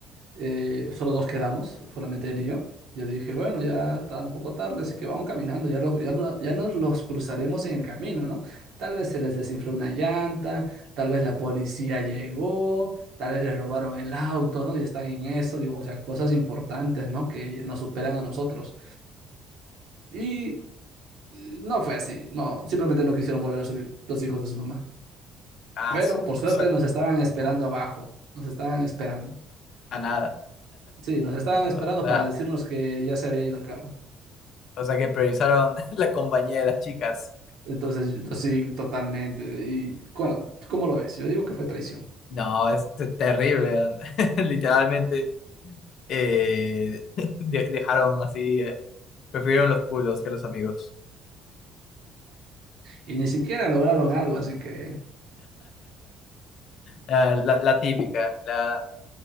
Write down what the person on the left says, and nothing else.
Aso.
<laughs>
O sea,
a nada.
O sea,
o sea que priorizaron <laughs> la compañía de las chicas.
No, es te- terrible, man. <laughs> Literalmente eh, <laughs> de- dejaron así, eh, prefirieron los culos que los amigos.
La, la- la típica, la,